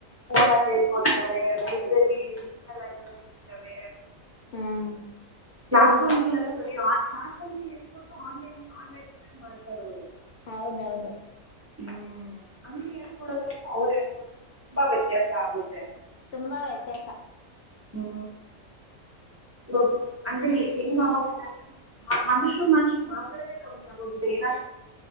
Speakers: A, on the right (about 15°); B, on the left (about 60°).
A: ಫೋನಲ್ಲಿ ಹೇಳ್ಕೊಡ್ತಾರೆ ಲೈಬ್ರರಿ ಡಿಜಿಟಲ್ ಲೈಬ್ರರಿ ಇರ್ತವೆ
B: ಹ್ಮ್
A: ಕ್ಲಸ್ಂದಲೆಲ್ಲ ಬರ ಆ ಕ್ಸ್ ಅಲ್ಲಿ ಹೇಳ್ಕಟ್ಟು ಆನ್ಲೈನ್ ಆನ್ಲೈನ್ ಇದ್ದಾಗ ಮಾಡ್ತಾರ ಅವ್ರು
B: ಹೌದೌದು
A: ಹ್ಮ್ ಹಂಗ ಹೇಳ್ಕೊಡೋದಪ್ಪ ಅವ್ರು ಹೇಳ್ಕೊಡ ಬ ವ್ಯತ್ಯಸ ಆಗುತ್ತೆ
B: ತುಂಬಾ ವ್ಯತ್ಯಾಸ
A: ಹ್ಮ ಹ ಅಂದ್ರೆ ಹೆಂಗ ಆಗದಿಲ್ಲ ಅಂದ್ರೆ ಮನುಷ್ಯರು ಮನುಷ್ಯ ಮಾ್ತಡದೇ ಕಮ್ಮಿ ಆಗ್ ಹೋಗೋಗಿನ